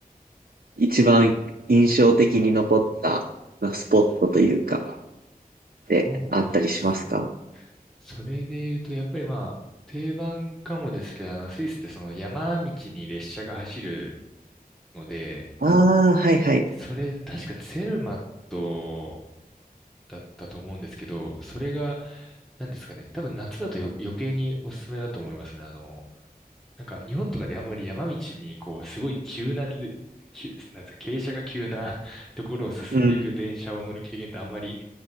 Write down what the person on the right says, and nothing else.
一番印象的に残った、まあスポットというか、で、
あったりしますか
ああー、はいはい。
うん、